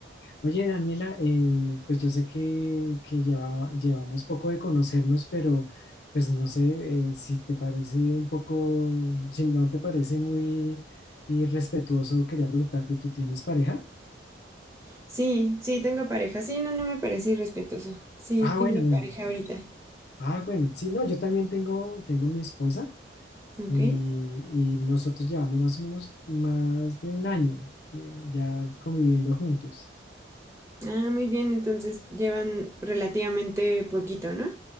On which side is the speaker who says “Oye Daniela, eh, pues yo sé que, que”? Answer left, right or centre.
Left